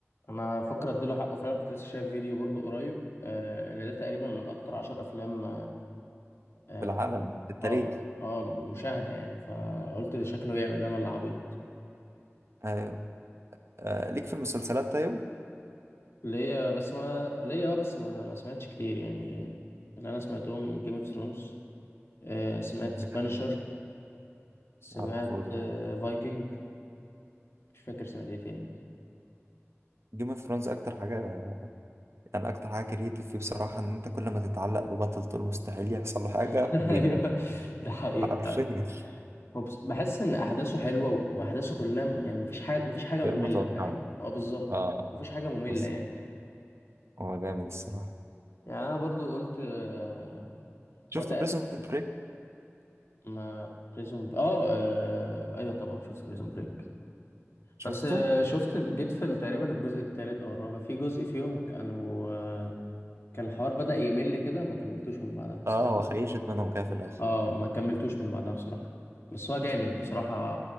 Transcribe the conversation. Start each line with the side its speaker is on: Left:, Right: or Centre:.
Left: انا فاكر اديله حقه فعلا كنت لسه شايف فيديو برضو قريب آه ان ده تقريبا من اكتر عشر افلام آه
Right: في العالم في التاريخ
Left: اه اه مشاهدة يعني فقلت ده شكله جامد انا اللي عبيط
Right: آه. آه ليك في المسلسلات طيب
Left: ليا بس ما ليا اه بس ما, ما سمعتش كتير يعني اللي انا سمعتهم جيم اوف ثرونز سمعت
Right: <laughs>
Left: سبانشر سمعت
Right: على طول ده
Left: فايكنج مش فاكر سمعت ايه تاني
Right: جيم اوف ثرونز اكتر حاجه يعني اكتر حاجه كرييتيف فيه بصراحه ان انت كل ما تتعلق ببطل تقول مستحيل يحصل له حاجه
Left: <laughs> ايوه
Right: بيموت
Left: ده حقيقة
Right: حرفيا
Left: فعلا
Right: <laughs>
Left: هو بس- بحس ان احداثه حلوة واحداثه كلها م- يعني مفيش حاجة مفيش حاجة
Right: ده
Left: مملة
Right: المتوقع
Left: فاهم اه بالظبط
Right: اه
Left: مفيش حاجة مملة
Right: بالظبط
Left: يعني
Right: هو جامد الصراحه
Left: يعني انا برضو قلت آه،
Right: شفت
Left: هو
Right: بريزون بريك
Left: ما بريزون ب... اه آه، ايوه طبعا شفت بريزون بريك
Right: شفته
Left: بس آه، شفت جيت في تقريبا الجزء الثالث او الرابع في جزء فيهم كانوا آه، كان الحوار بدأ يمل كده ما كملتوش من بعدها بس
Right: اه هو خيشت منهم كده في الاخر
Left: اه ما كملتوش من بعدها بصراحة بس هو جامد بصراحة